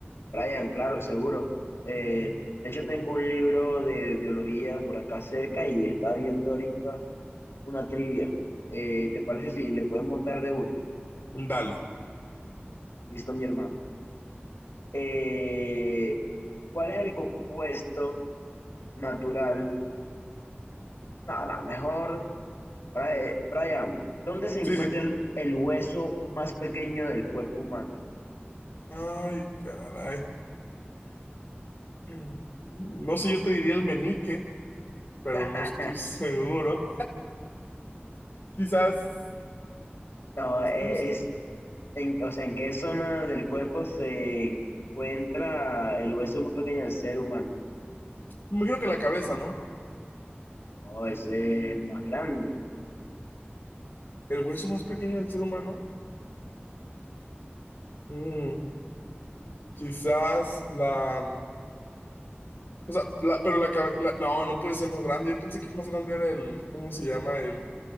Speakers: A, on the left (about 80°); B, on the left (about 60°).
A: Brian, claro, seguro. Eh, de hecho, tengo un libro de biología por acá cerca y estaba viendo ahorita una trivia. Eh, ¿te parece si le podemos dar de una?
B: Dale.
A: Listo, mi hermano. Eh, ¿cuál es el compuesto natural? No, no, mejor, Bri- eh, Brian, ¿dónde se encuentra
B: Sí, sí.
A: el, el hueso más pequeño del cuerpo humano?
B: Ay, caray. Mm, No sé, yo te diría el menique, pero
A: <laughs>
B: no estoy <laughs> seguro. Quizás,
A: No, eh,
B: no sé,
A: es, en, o sea, ¿en qué zona del cuerpo se encuentra el hueso más pequeño del ser humano?
B: me imagino que la cabeza, ¿no?
A: No, ese es el más grande.
B: El hueso más pequeño del ser humano. Mm, quizás la... O sea, la- pero la cabeza, no, no puede ser más grande. Yo pensé que el más grande era el, ¿cómo se llama? El,